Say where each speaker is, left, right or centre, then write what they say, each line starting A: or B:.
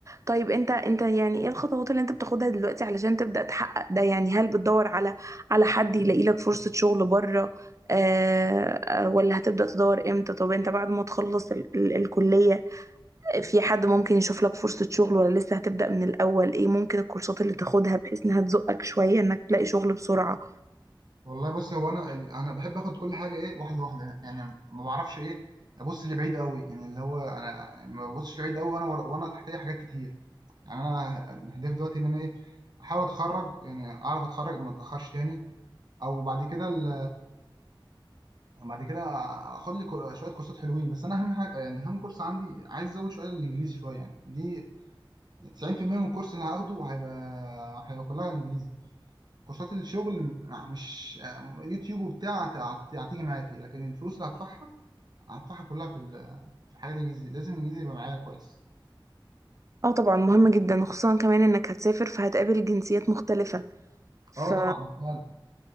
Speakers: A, on the right; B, on the right.
A: طيب انت انت يعني ايه الخطوات اللي انت بتاخدها دلوقتي علشان تبدأ تحقق ده يعني هل بتدور على على حد يلاقي لك فرصة شغل بره آه آه، ولا هتبدأ تدور امتى طب انت بعد ما تخلص ال ال الكلية في حد ممكن يشوف لك فرصة شغل ولا لسه هتبدأ من الأول ايه ممكن الكورسات اللي تاخدها بحيث انها تزقك شوية انك تلاقي شغل بسرعة
B: والله بص هو أنا ال- أنا بحب آخد كل حاجة إيه واحدة واحدة يعني ما بعرفش إيه أبص لبعيد قوي يعني اللي هو أنا يعني ما ببصش لبعيد قوي وأنا ور- وأنا تحتية حاجات كتير يعني أنا هدفي دلوقتي إن أنا إيه أحاول أتخرج يعني أعرف أتخرج ما أتأخرش تاني او بعد كده ال- بعد كده اخد لي كو- شويه كورسات حلوين بس انا اهم حاجه يعني اهم كورس عندي عايز ازود شويه الانجليزي شويه يعني دي 90% من الكورس اللي هاخده هيبقى هيبقى كلها انجليزي كورسات الشغل م- مش يوتيوب وبتاع هت- هت- هتيجي معاكي لكن الفلوس اللي هدفعها هدفعها كلها في ال- في الحاجات الانجليزي لازم الانجليزي يبقى معايا كويس
A: اه طبعا مهم جدا وخصوصا كمان انك هتسافر فهتقابل جنسيات مختلفة ف
B: اه طبعا فعلا